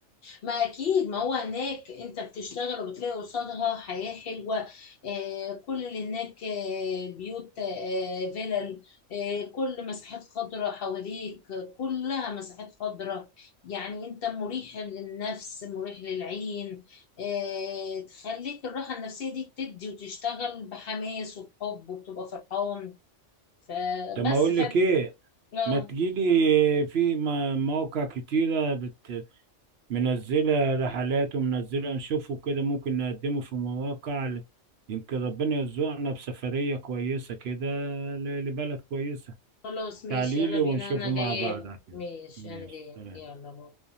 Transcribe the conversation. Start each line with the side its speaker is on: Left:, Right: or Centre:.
Left: ما اكيد ما هو هناك انت بتشتغل وبتلاقي قصادها حياة حلوة آه كل اللي هناك آه بيوت آه فيلل آه كل مساحات خضراء حواليك آه، كلها مساحات خضراء يعني انت مريح للنفس مريح للعين آه تخليك الراحة النفسية دي تدي وتشتغل بحماس وبحب وبتبقى فرحان فبس
Right: طب ما اقول
Left: فت...
Right: لك ايه
Left: آه،
Right: ما تجيلي في م- مواقع كتيرة بت... منزلة رحلات ومنزلة نشوفه كده ممكن نقدمه في مواقع ل- يمكن ربنا يرزقنا بسفرية كويسة كده ل- لبلد كويسة
Left: خلاص ماشي
Right: تعاليلي
Left: يلا بينا
Right: ونشوفه
Left: انا
Right: مع
Left: جايالك
Right: بعض على كده
Left: ماشي
Right: ماشي
Left: انا جايالك
Right: سلام
Left: يلا باي